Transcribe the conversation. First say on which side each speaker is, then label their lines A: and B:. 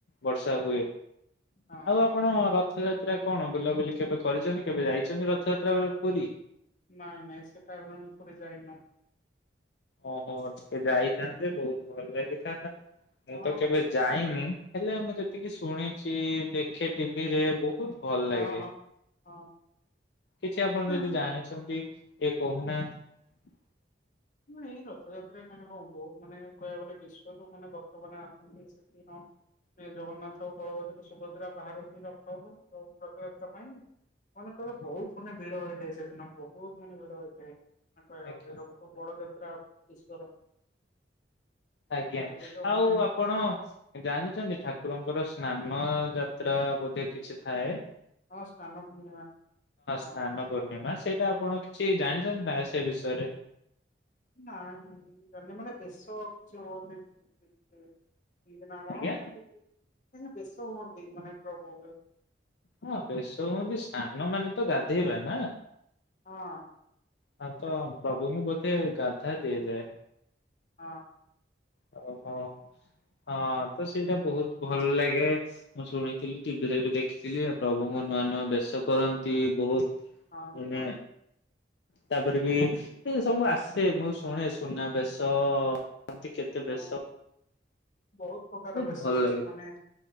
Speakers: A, on the left; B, on the left.
A: ବର୍ଷା ହୁଏ।
B: ହଁ
A: ଆଉ
B: ହଁ
A: ଆପଣ ରଥଯାତ୍ରା କଣ ବୁଲାବୁଲି କେବେ କରିଛନ୍ତି କେବେ ଯାଇଛନ୍ତି ରଥଯାତ୍ରା ପୁରୀ?
B: ନାଇଁ ନାଇଁ ସେ ଟାଇମ୍ ରେ ପୁରୀ ଯାଏନାଇଁ।
A: ଓହୋ ଟିକେ ଯାଇଥାନ୍ତେ ବହୁତ ଭଲ ଲାଗିଥାନ୍ତା।
B: ହଁ
A: ମୁଁ ତ କେବେ
B: ହଁ
A: ଯାଇନି
B: ମାନେ
A: ହେଲେ ମୁଁ ଯେତିକି ଶୁଣିଛି ଦେଖେ ଟିଭିରେ ବହୁତ ଭଲ
B: ହଁ
A: ଲାଗେ
B: ହଁ। ହଁ
A: କିଛି ଆପଣ ଯଦି
B: ହଁ
A: ଜାଣିଛନ୍ତି ଏ କହୁନାନ୍ତି
B: ଏଇ ରଥଯାତ୍ରା କାନେ କଣ ବହୁତ ମାନେ କହିବାକୁ ଗଲେ ବିଶ୍ଵରୁୁ ମାନେ ଭକ୍ତ ମାନେ ଆସନ୍ତି ସେଠି କ ସେ ଜଗନ୍ନାଥ ବଳଭଦ୍ର ସୁଭଦ୍ରା ବାହାରେ ସ ରଖ ହବ ରଥଯାତ୍ରା ପାଇଁ ମାନେ କହିବେ
A: ଆଜ୍ଞା
B: ବହୁତ ମାନେ ଭିଡ ହୋଇଥାଏ ସେଦିନ ବହୁତ ମାନେ ଭିଡ ହୋଇଥାଏ କହିବାକୁ
A: ଆଜ୍ଞା
B: ବଡ଼ଯାତ୍ରା ଈଶ୍ୱର
A: ଆଜ୍ଞା
B: ଏବେ ତ
A: ଆଉ
B: ମାନେ
A: ଆପଣ ଜାଣିଛନ୍ତି ଠାକୁରଙ୍କର ସ୍ନାନ ଯାତ୍ରା ବୋଧ କିଛି ଥାଏ ହଁ
B: ହଁ ସ୍ନାନ ପୂର୍ଣ୍ଣିମା ହଁ
A: ସ୍ନାାନ ପୂର୍ଣିମା। ସେଇଟା ଆପଣ କିଛି ଜାଣିଛନ୍ତି ନା ସେ ବିଷୟରେ?
B: ନାଇ ଜାଣିନି ମାନେ ଦେଶ କିଛି ହୁଏନି <unintelligible> ହିନ୍ତି ନା କଣ
A: ଆଜ୍ଞା
B: କାହିଁକି ନା ବେଶ ହୁଅନ୍ତି ମାନେ ପ୍ରଭୁ
A: ହଁ ବେଶ ହୁଅନ୍ତି ସାନ୍ନ ମାନେ ତ ଗାଧେଇବା ନା
B: ହଁ
A: ହଁ ତ ପ୍ରଭୁଙ୍କୁ ବଧେ ଗାଧା ଦିଆ ଯାଏ।
B: ହଁ।
A: ଓ ହୋ। ହଁ ତ ସେଇଟା ବହୁତ ଭଲ ଲାଗେ। ମୁଁ ଶୁଣିଥିଲି, ଟିଭିରେ ବି ଦେଖିଥିଲି ପ୍ରଭୁଙ୍କୁ ନୂଆ ନୂଆ ବେଶ କରନ୍ତି। ବହୁତ
B: ହଁ
A: ମାନେ
B: ହଁ
A: ତାପରେ ବି ଏ ସବୁ ଆସେ ମୁଁ ଶୁଣେ ସୁନା ବେଶ ଏମତି କେତେ
B: ହଁ
A: ବେଶ
B: ବହୁତ ପ୍ରକାର
A: ବହୁତ
B: ବେଶ
A: ଭଲ
B: ଅଛି
A: ଲାଗେ
B: ମାନେ